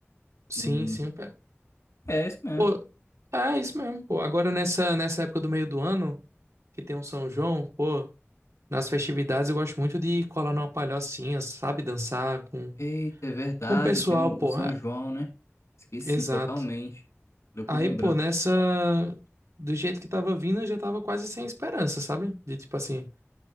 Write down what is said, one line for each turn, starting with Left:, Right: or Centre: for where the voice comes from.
Right: sim,
Left: Um...
Right: sim, um pé.
Left: É, isso mesmo.
Right: Pô, é isso mesmo, pô. Agora nessa nessa época do meio do ano, que tem um São João, pô, nas festividades eu gosto muito de colar numa palhocinha, sabe, dançar com
Left: Eita, é verdade,
Right: com o pessoal,
Left: tem o,
Right: pô.
Left: o São
Right: É,
Left: João, né? Esqueci
Right: exato.
Left: totalmente. Deu pra
Right: Aí,
Left: lembrar.
Right: pô, nessa do jeito que tava vindo, eu já tava quase sem esperança, sabe? De tipo assim,